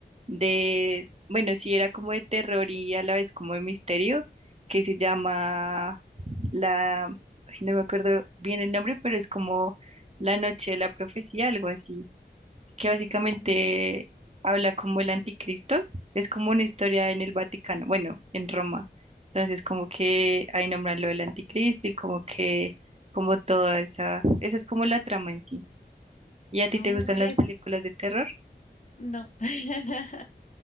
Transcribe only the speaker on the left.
mm,
Oh,
ok,
No. <laughs>